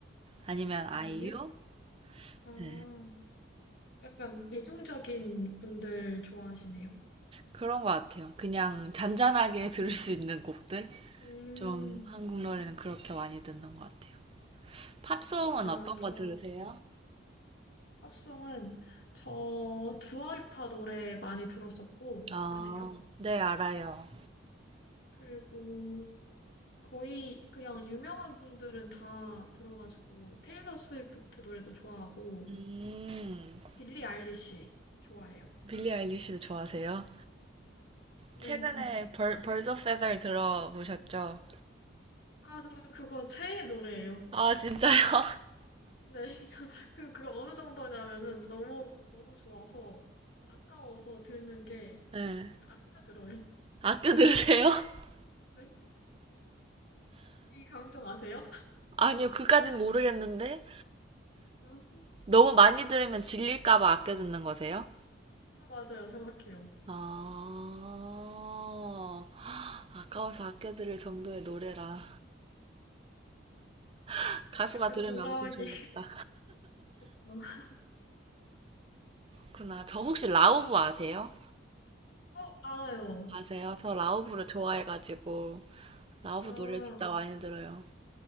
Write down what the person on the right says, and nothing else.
아니면
아이유?
네,
그런 것 같아요. 그냥 잔잔하게
<laughs> 들을 수 있는 곡들?
좀 한국 노래는 그렇게 많이 듣는 것 같아요. 팝송은
어떤
거 들으세요?
아,
네, 알아요.
음,
빌리 아일리시도 좋아하세요?
최근에
벌, 벌써 페달 들어보셨죠?
아, 진짜요? <laughs>
네.
아껴 들으세요? <laughs>
아니요, 그까진 모르겠는데.
너무 많이 들으면 질릴까봐 아껴 듣는 거세요?
아, 아까워서 아껴 들을 정도의 노래라. <laughs> 가수가
들으면
엄청 좋겠다.
그나, 저 혹시 라우브 아세요?
아세요? 저 라우브를 좋아해가지고, 라우브
노래 진짜 많이 들어요.